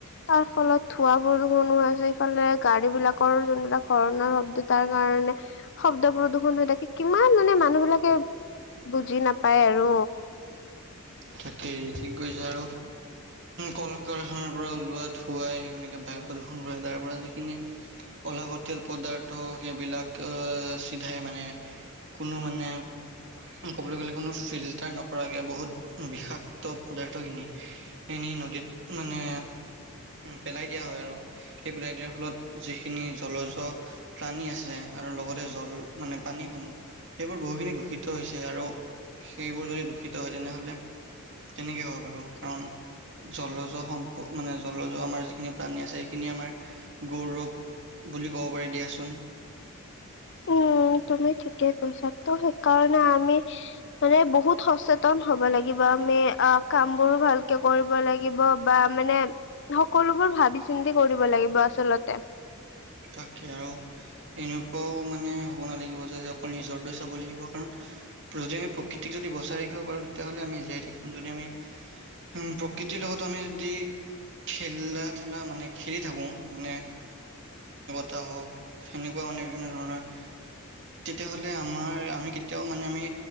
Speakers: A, on the left; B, on the right.
A: তাৰ ফলত ধোৱা প্ৰদূষণ হৈ আছে সফালে গাড়ী বিলাকৰ যোনবিলাক হৰ নৰ শব্দ তাৰ কাৰণে শব্দ প্ৰদূষন হৈ থাকে কিমান মানে মানুহ বিলাকে বুজি নাপায় আৰু
B: তাকেই ঠিক কৈছে আৰু কাৰখানাৰ পৰা ওলোৱাত ধুৱাই তেনেকৈ বায়ু প্ৰদূষণ কৰে তাৰ পৰা যিখিনি অলাগতিয়াল পদাৰ্থ সেইবিলাক চিধাই মানে কোনো মানে ক'ব গলে কোনো ফিল্টাৰ নকৰাকে বহুত বিষাক্ত পদাৰ্থখিনি এনেই নদীত মানে পেলাই দিয়া হয় আৰু সেই পেলাই দিয়াৰ ফলত যিখিনি জলজ প্ৰাণী আছে আৰু লগত জল মানে পানীসমূহ সেইবোৰ বহুখিনি দূষিত হৈছে আৰু সেইবোৰ যদি দূষিত হয় তেনেহ'লে কেনেকে হয় বাৰু কাৰণ জলজ সম্প মানে জলজ আমাৰ যিখিনি প্ৰাণী আছে সেইখিনি আমাৰ গৌৰৱ বুলি ক'ব পাৰি দিয়াচোন।
A: উম, তুমি ঠিকেই কৈছা ত' সেইকাৰণে আমি মানে বহুত সচেতন হ'ব লাগিব আমি। অ', কাম বোৰো ভালকে কৰিব লাগিব বা মানে সকলো বোৰ ভাবি চিন্তি কৰিব লাগিব আচলতে।
B: তাকে আৰু এনেকুৱাও মানে হ'ব নালাগিব যে অকল নিজৰ দৰে চাব লাগিব কাৰণ যদি আমি প্ৰকৃতিক যদি বচাই ৰাখিব পাৰো তেতিয়াহলে আমি জীয়াই থাকিম যদি আমি হম, প্ৰকৃতিৰ লগত আমি যদি খেলা ধূলা মানে খেলি থাকো মানে ত হওক সেনেকুৱা মানে বিভিন্ন ধৰণৰ তেতিয়াহ'লে আমাৰ আমি কেতিয়াও মানে আমি